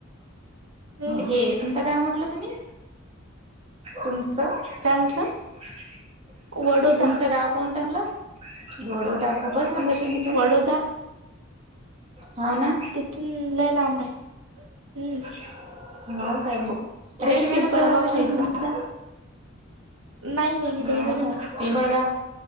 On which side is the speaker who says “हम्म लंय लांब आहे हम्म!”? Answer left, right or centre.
Right